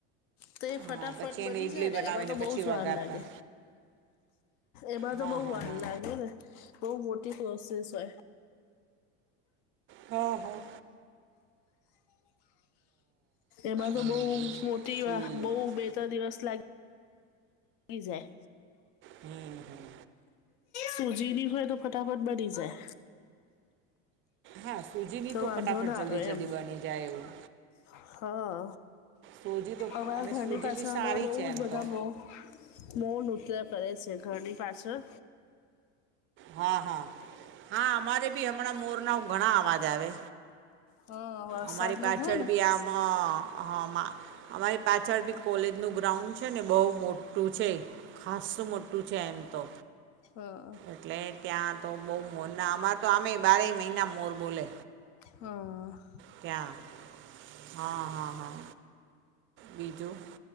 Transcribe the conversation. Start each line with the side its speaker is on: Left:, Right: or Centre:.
Left: તો એ ફટાફટ
Right: હા પછી
Left: બની
Right: એની ઈડલી
Left: જાય ને
Right: બનાવીને
Left: એમાં તો
Right: પછી
Left: બહુ જ
Right: વઘારતા
Left: વાર લાગે. એમાં
Right: હા
Left: તો બહુ
Right: હા
Left: વાર
Right: હા
Left: લાગેને બહુ મોટી પ્રોસેસ હોય.
Right: હા હા.
Left: એમાં તો
Right: હમ
Left: બઉ
Right: હમ
Left: મોટી
Right: ઠીક
Left: વા બઉ બે ત્રણ દિવસ લાગ ગી જાય.
Right: હમ હમ
Left: સુજી ની હોય તો ફટફટ બની જાય.
Right: હા સૂજીની તો
Left: વાંધો
Right: ફટાફટ
Left: ના
Right: જલ્દી
Left: આવે
Right: જલ્દી
Left: એમ
Right: બની જાય એવું.
Left: હા
Right: સૂજી તો
Left: અમારા
Right: અને
Left: ઘરની
Right: સૂજી
Left: પાસે
Right: બી
Left: હમણાં
Right: સારી
Left: બહુ
Right: છે એમ
Left: જ બધા
Right: તો
Left: નો મો નૃત્ય કરે છે ઘરની પાછળ
Right: હા હા હા અમારે બી હમણાં મોરનાઓ ઘણા અવાજ આવે.
Left: હા વરસાદનું
Right: અમારી પાછળ
Left: હોય ને
Right: બી આમ હા મા અમારી પાછળ ભી કોલેજનું ગ્રાઉન્ડ છે ને બહુ મોટું છે. ખાસ શું મોટું છે એમ તો.
Left: હા.
Right: એટલે ત્યાં તો બહુ મોરના અમારે તો આમે બારેય મહિના મોર બોલે.
Left: હા.
Right: ત્યાં હા હા હા બીજું